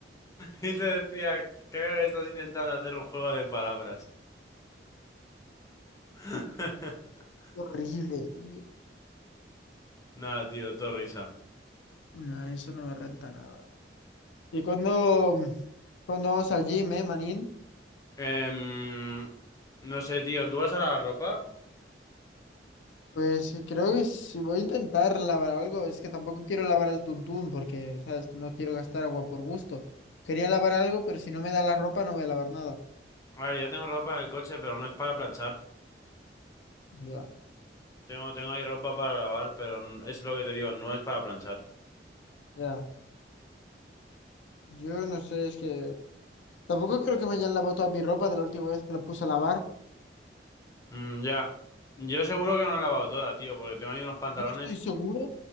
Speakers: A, on the left; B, on the left.
A: Y te decía, creo que estás intentando hacer un juego de palabras. <laughs>
B: Horrible, tío.
A: Nada, tío, todo risa.
B: No, eso no me renta nada. Y cuando, cuando vamos al gym, eh, manín,
A: Em, no sé, tío, ¿tú vas a lavar ropa?
B: pues creo que sí voy a intentar lavar algo. Es que tampoco quiero lavar al tuntún porque, ¿sabes? No quiero gastar agua por gusto. Quería lavar algo, pero si no me da la ropa no voy a lavar nada.
A: A ver, yo tengo ropa en el coche, pero no es para planchar.
B: Ya,
A: Tengo, tengo ahí ropa para lavar, pero n- es lo que te digo, no es para planchar.
B: ya. Yo no sé, es que tampoco creo que me hayan lavado toda mi ropa de la última vez que la puse a lavar.
A: Mm, ya. Yo seguro que no la he lavado toda, tío, porque tengo ahí unos pantalones.
B: Yo estoy seguro